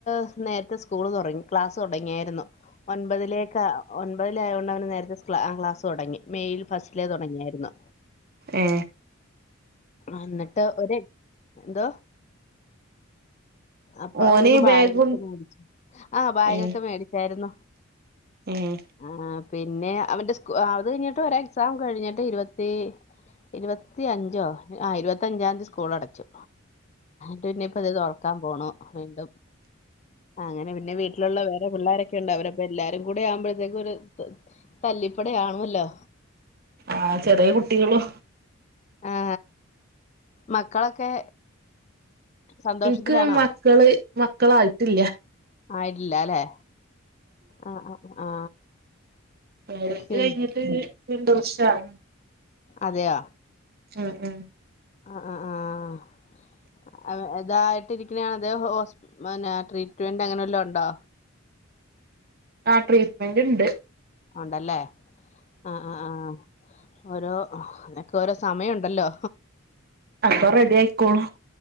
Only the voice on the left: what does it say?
ങ്ങ് നേരത്തെ സ്കൂൾ തുടങ്ങി ക്ലാസ്സ് തുടങ്ങിയായിരുന്നു ഒൻപതിലേക്കാ ഓൻ ഒൻപതിൽ ആയൊണ്ട് അവന് നേരത്തെ ക്ലാ ക്ലാസ് തുടങ്ങി മേയിൽ ഫസ്റ്റിലേ തൊടങ്ങിയായിരുന്നു
അന്നിട്ട് ഒരെ ന്തോ അപ്പൊ
അവനക്ക് ബായ്ഗൊക്കെ
മേടിച്ചു ആ ബായ്ഗൊക്കെ
മേടിച്ചായിരുന്നു
ആ പിന്നെ അവന്റെ സ് ക്കു അത് കഴിഞ്ഞിട്ട് ഒരു എക്സാം കഴിഞ്ഞിട്ട് ഇരുപത് ത്തീ ഇരുപത്തി അഞ്ചോ ആ ഇരുപത്തിഞ്ചാംതി സ്കൂൾ അടച്ചു ട്ടു ഞ്ഞ്പ്പതി തോ ക്കാൻ പോണോ വീണ്ടും അങ്ങനെ പിന്നെ വീട്ടിലുള്ള വേറെ പിള്ളോരൊക്‌ ക്കെണ്ട അവരപ്പൊ എല്ലാരും കൂടെ ആവുമ്പോഴത്തേക്ക് ഒരു തല്ലിപ്പടയാണല്ലോ
ആ മക്കളൊക്കെ സന്തോഷത്തിലാണോ
ആയിട്ടില്ല അല്ലെ ആ ആ ആ
പിൻ
അതെയ
ആ ആ ആ ഇതായിട്ടിരിക്ക്ണയാണ അതേ ഹോസ് പിന്നെ ട്രീറ്റ്മെന്റ് അങ്ങനെ വല്ലോ ഇണ്ടോ
ഉണ്ടല്ലേ ആ ആ ആ ഓരോ അതൊക്കെ ഓരോ സമയംണ്ടല്ലോ